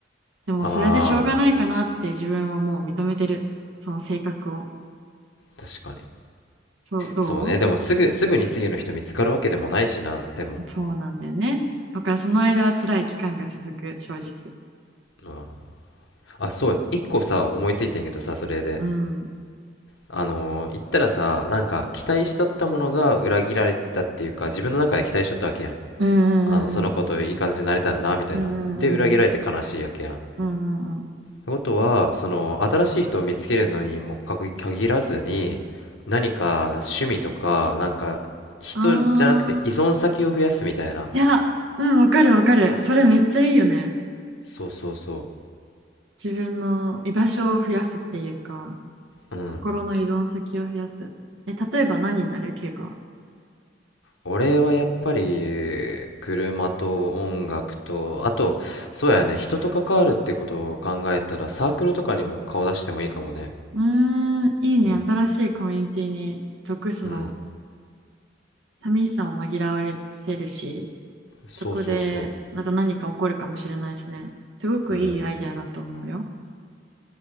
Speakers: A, on the right; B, on the left.
A: でもそれでしょうがないかなって自分をもう認めてる。
B: あ
A: その性格を。
B: あ確かに
A: そう、どう
B: そうねでもすぐすぐに次の人見つかるわけでもないしなでも
A: そうなんだよね。だからその間は辛い期間が続く、正直。
B: あーあそうや一個さ思いついてんけどさそれで
A: うん。
B: あのー言ったらさなんか期待しとったものが裏切られたっていうか自分の中で期待しとったわけやん
A: うんうん
B: あのその子といい感じになれたらなみたいなで裏切られて悲しいわけやんっ
A: うんうんうんうんうんうんうん
B: てことはその新しい人を見つけるのにもかく限らずに何か趣味とかなんか人じゃなくて依存先を増やすみたいな
A: あー、いや、うん、わかるわかる。それめっちゃいいよね。
B: そうそうそ
A: 自分の居場所を増やすっていうか、
B: ううん
A: 心の依存先を増やす。え、例えば何になるケイが。
B: 俺はやっぱり車と音楽とあとそうやね人と関わるってことを考えたらサークルとかにも顔出してもいいかもね
A: うーん、いいね。
B: うん
A: 新しいコミュニティに属すの
B: うん
A: 寂しさを紛らわせるし、
B: そうそうそ
A: そこでまた何か起こるかもしれないしね。すごくいいアイデアだと思うよ。
B: ううん